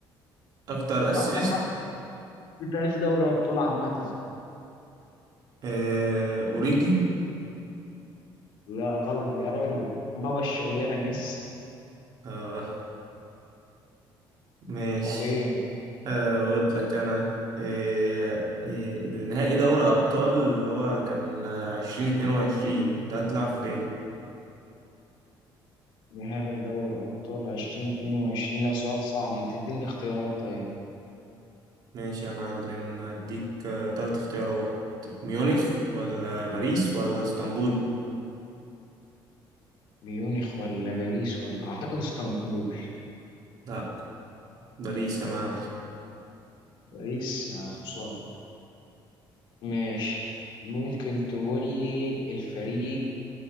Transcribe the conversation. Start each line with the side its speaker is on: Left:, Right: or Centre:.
Right: اكتر اسيست
Left: أكتر حد في تاريخ دوري الأبطال عامة
Right: آه، أوريجي
Left: لا غلط يا راجل بابا الشغلانة ميسي
Right: آه ماشي
Left: طب إيه
Right: آه، أقول لك أنا آه، آه، النهائي دوري أبطال اللي هو كان عشرين اتنين وعشرين ده هتلعب فين؟
Left: نهائي دوري أبطال 2022 لا سؤال صعب ما تديني اختيارات طيب
Right: ماشي يا معلم هديك آه، تلات اختيارات ميونخ ولا باريس ولا اسطنبول؟
Left: ميونخ ولا باريس ولا أعتقد اسطنبول
Right: لأ باريس يا معلم
Left: باريس يا خسارة ماشي ممكن تقول لي الفريق